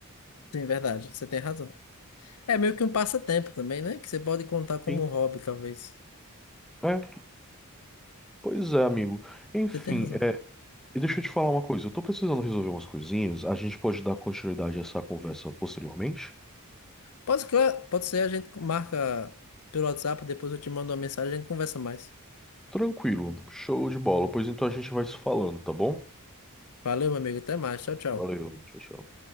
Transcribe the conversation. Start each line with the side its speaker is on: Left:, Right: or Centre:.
Left: Sim, verdade. Você tem razão. É meio que um passatempo também, né? Que você pode contar como
Centre: Sim.
Left: hobby, talvez.
Centre: É, pois é, amigo. Enfim,
Left: Você tem razão.
Centre: E deixa eu te falar uma coisa, eu tô precisando resolver umas coisinhas, a gente pode dar continuidade a essa conversa posteriormente?
Left: Pode, claro, pode ser, a gente marca pelo WhatsApp, depois eu te mando uma mensagem, a gente conversa mais.
Centre: Tranquilo, show de bola, pois então a gente vai se falando, tá bom?
Left: Valeu, meu amigo. Até mais. Tchau, tchau.
Centre: Valeu, tchau, tchau.